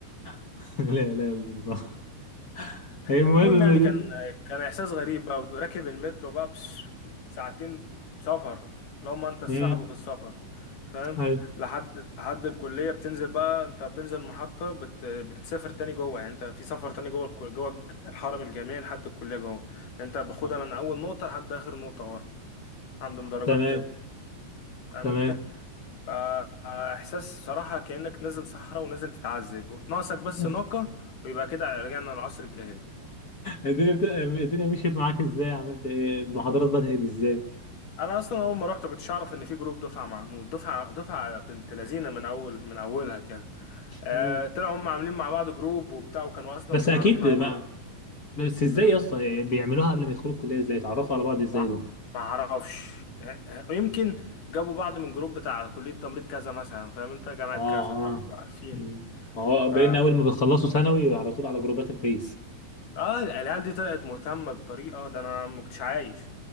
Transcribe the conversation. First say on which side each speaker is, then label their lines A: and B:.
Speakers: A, on the left; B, on the left.
A: <laughs> لا لا لا الله. ايه المهم
B: المهم يعني كان
A: دي؟
B: كان احساس غريب بقى وراكب المترو بقى بس ساعتين سفر لو ما انت الصاحب
A: امم
B: في السفر فاهم
A: ايوه
B: لحد لحد الكليه بتنزل بقى انت بتنزل المحطه بت... بتسافر تاني جوه يعني انت في سفر تاني جوه الكل... جوه الحرم الجامعي لحد الكليه جوه يعني انت باخدها
A: آه.
B: من اول نقطه لحد اخر نقطه ورا عندهم درجات
A: تمام
B: طب فاهم
A: تمام
B: انت آه، آه، احساس صراحة كأنك نازل صحراء ونازل تتعذب ناقصك بس
A: <laughs>
B: ناقة ويبقى كده رجعنا للعصر الجاهلي
A: الدنيا بت... الدنيا مشيت معاك ازاي؟ عملت ايه؟ المحاضرات بدأت ازاي؟
B: انا اصلا اول ما رحت كنتش اعرف ان في جروب دفعة محمود دفعة دفعة بنت لذينة من اول من اولها كده آه
A: مم.
B: طلعوا هم عاملين مع بعض جروب وبتاع وكانوا اصلا
A: بس
B: متعرفين
A: اكيد
B: على
A: ما
B: بعض
A: بس ازاي
B: آه
A: اصلا بيعملوها قبل ما يدخلوا الكليه ازاي يتعرفوا على بعض ازاي
B: ما
A: دول
B: ما اعرفش آه، آه، يمكن جابوا بعض من جروب بتاع كلية تمريض كذا مثلا فاهم انت جامعة
A: اه
B: كذا فبيبقوا
A: اه
B: عارفين
A: مم. ما هو
B: ف
A: بقينا اول ما بتخلصوا ثانوي على طول على جروبات الفيس
B: اه العيال دي طلعت مهتمة بطريقة ده انا ما كنتش عايش